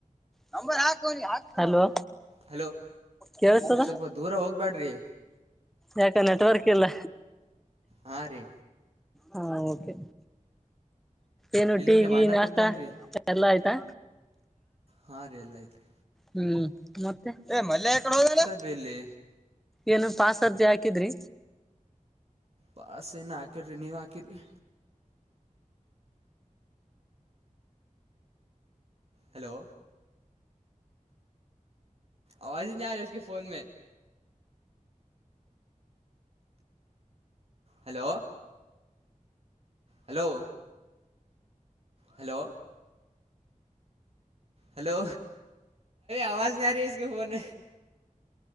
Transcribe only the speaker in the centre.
ನಂಬರ್ ಹಾಕ ಅವ್ನಿಗೆ ಹಲೋ
ಕೇಳಸ್ತದ
ಯಾಕ ನೆಟ್ವರ್ಕ್ ಇಲ್ಲ
ಹೌದು ಓಕೆ ಏನು
ಟಿಗಿನಷ್ಟ
ಎಲ್ಲ ಆಯ್ತಾ
ಹ್ಮ್ ಮತ್ತೆ ಏ ಮಲ್ಲಯ ಯಕಡೆ ಹೋದ್ನ ಲೆ
ಏನು ಪಾಸ ಅರ್ಜಿ ಹಾಕಿದ್ರಿ